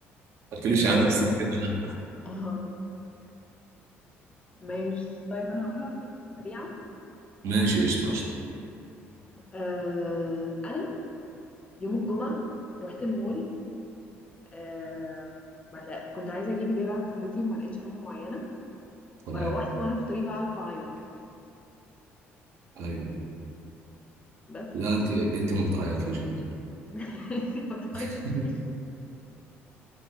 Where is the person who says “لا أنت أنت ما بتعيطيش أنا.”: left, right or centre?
Right